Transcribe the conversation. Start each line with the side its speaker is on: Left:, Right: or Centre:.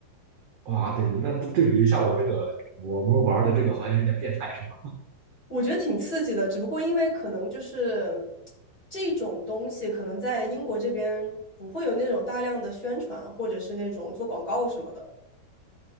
Right: 哇，对对，那对比一下我这个我们玩儿的这个好像有点变态，是吧？
Left: 我觉得挺刺激的，只不过因为可能就是这种东西，可能在英国这边不会有那种大量的宣传，或者是那种做广告什么的。